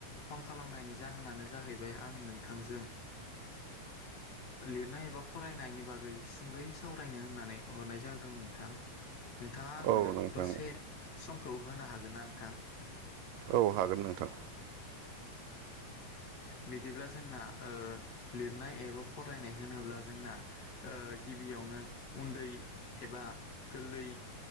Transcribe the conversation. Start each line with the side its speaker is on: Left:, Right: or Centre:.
Left: फन खालामनायनि जाहोनानो जाहैबाय आं नोंथांजों लिरनाय एबा फरायनायनि बागै सुंद'यै सावरायनो होननानै हरनाय जादों नोंथां। नोंथाङा आंनो
Right: औ नोंथां
Left: दसे सम खौ होनो हागोन ना नोंथां?
Right: औ हागोन नोंथां
Left: बिदिब्ला जोंना ओ लिरनाय एबा फरायनाय होनोब्ला जोंना ओ गिबियावनो उन्दै एबा गोरलै